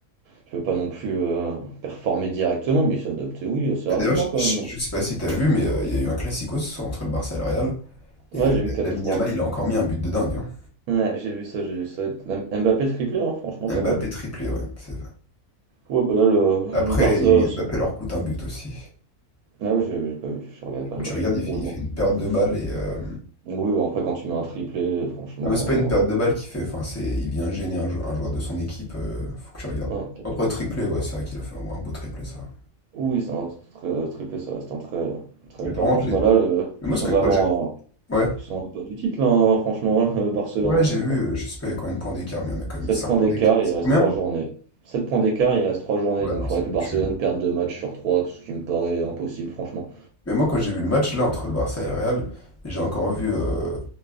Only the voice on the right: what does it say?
tu peux pas non plus euh, performer directement, mais il s'est adapté, oui, assez
rapidement
quand
même.
Ouais,
j'ai vu
quatre
trois.
Ouais, j'ai vu ça, j'ai vu ça. M- Mbappé triplé, hein, franchement,
pas mal.
Ouais, bah là, le,
le Barça,
son-
ah ouais, j'ai j'ai pas vu, je regardais pas
le
match.
Ouais,
bon.
Oui, oui, bon, après, quand tu mets un triplé, franchement.
euh, ouais, ok.
Oui, c'est un très triplé, ça reste un très, très
belle
performance.
Bah là, euh,
ils
sont
vraiment.
euh,
Ils sont un peu du titre, là, hein, franchement, <laughs> euh, Barcelone.
sept
points
d'écart,
il
reste
3 journées. Sept points d'écart, il reste 3 journées,
donc
il faudrait
que Barcelone
perde 2 matchs sur trois, ce qui me paraît impossible, franchement.